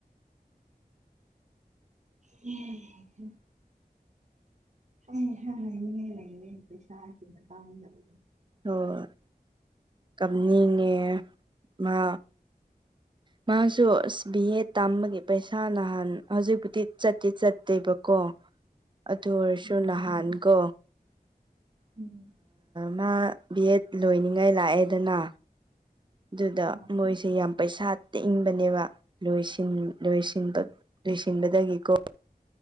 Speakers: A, on the right; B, on the right.
A: ꯎꯝ ꯍꯥꯏ ꯂꯩꯅꯦ ꯄꯩꯁꯥ ꯍꯥꯏꯒꯤ ꯃꯇꯥꯡꯗꯕ
B: ꯑꯣ ꯀꯞꯅꯤꯡꯉꯦ ꯃꯥ ꯃꯥ ꯁꯣꯔꯁ ꯕꯤ ꯑꯦ ꯇꯝꯕꯒꯤ ꯄꯩꯁꯥ ꯅꯍꯥꯟ ꯍꯧꯖꯤꯛꯄꯨꯗꯤ ꯆꯠꯇꯤ ꯆꯠꯇꯦꯕꯀꯣ ꯑꯗꯨ ꯑꯣꯏꯔꯁꯨ
A: ꯎꯝ
B: ꯅꯍꯥꯟꯒꯣ
A: ꯎꯝ
B: ꯃꯥ ꯕꯤ ꯑꯦꯠ ꯂꯣꯏꯅꯤꯡꯉꯥꯏ ꯂꯥꯛꯑꯦꯗꯅ ꯑꯗꯨꯗ
A: ꯍꯣ
B: ꯃꯣꯏꯁꯦ ꯌꯥꯝ ꯄꯩꯁꯥ ꯇꯛꯅꯤꯡꯕꯅꯦꯕ ꯂꯣꯏꯁꯤꯟ ꯂꯟꯕ
A: ꯎꯝ
B: ꯂꯣꯏꯁꯤꯟꯕꯗꯒꯤꯀꯣ